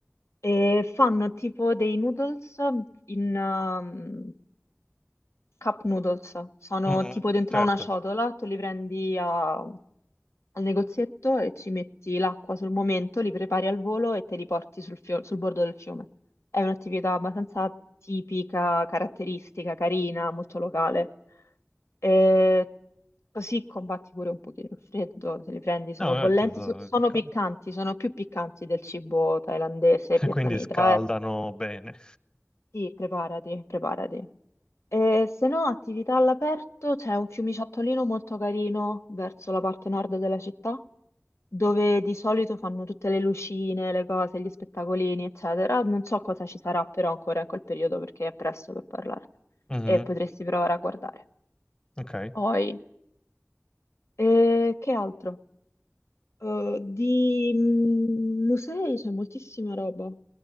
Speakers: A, on the left; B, on the left.
A: E fanno tipo dei noodles in um, cup noodles, sono
B: mhm,
A: tipo dentro
B: Certo,
A: a una ciotola, tu li prendi a al negozietto e ci metti l'acqua sul momento, li prepari al volo e te li porti sul, fio- sul bordo del fiume. È un'attività abbastanza tipica, caratteristica, carina, molto locale. E così combatti pure un pochino il freddo, se li prendi sono
B: no, certo,
A: bollenti,
B: so-
A: so- sono
B: caldo.
A: piccanti, sono più piccanti del cibo thailandese
B: <laughs>
A: e vietnamita.
B: Quindi scaldano
A: eh.
B: bene.
A: Sì, preparati, preparati. E se no, attività all'aperto, c'è un fiumiciattolino molto carino verso la parte nord della città dove di solito fanno tutte le lucine, le cose, gli spettacolini, eccetera. Non so cosa ci sarà però ancora in quel periodo perché è presto per parlarne
B: Mhm,
A: e potresti provare a guardare.
B: Ok.
A: Poi, eh, che altro? Eh, di mm, musei c'è moltissima roba,